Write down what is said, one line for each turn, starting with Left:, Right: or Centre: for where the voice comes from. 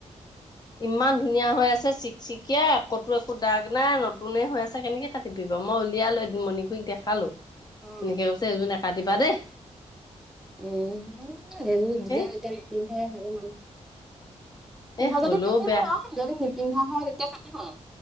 Left: ইমান ধুনীয়া হৈ আছে চিকচিকিয়া, কতো একো দাগ নাই নতুনে হৈ আছে কেনেকে কাটিবি এই মই উলিয়ালো এদিন মণ খুৰীক দেখালো,
Centre: অ'।
Left: মনি খুৰীয়ে কৈছে এযোৰ নাকাটিবা দেই।
Centre: উম, সেইবোৰ <unintelligible> এতিয়া
Left: এ
Centre: নিপিন্ধে সেইবোৰ মানুহ পিন্ধা
Left: এ হ'লেও
Centre: যদি পিন্ধিব
Left: বেয়া
Centre: আৰু যদি নিপিন্ধা হয় তেতিয়া কাটিব আৰু।